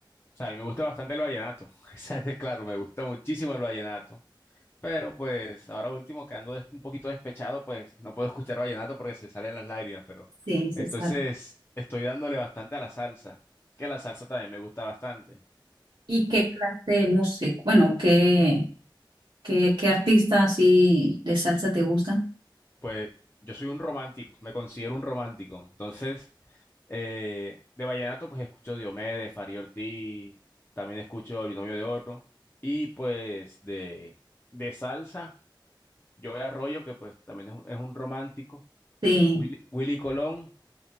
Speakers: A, on the left; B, on the right.
A: sea, a mí me gusta bastante el vallenato, <laughs> esa es de claro, me gusta muchísimo el vallenato. Pero pues ahora último que ando des- un poquito despechado, pues no puedo escuchar vallenato porque se salen las lágrimas, pero
B: Sí, César.
A: entonces estoy dándole bastante a la salsa, que la salsa también me gusta bastante.
B: ¿Y qué clase de música? Bueno, ¿qué, qué, qué artista así de salsa te gusta?
A: pues yo soy un romántico, me considero un romántico. Entonces, eh, de vallenato, pues escucho Diomedes, Fari Ortiz, también escucho El Binomio de Oro. Y pues de, de salsa, Joey Arroyo, que pues también es un, es un romántico,
B: Sí.
A: Willy, Willy Colón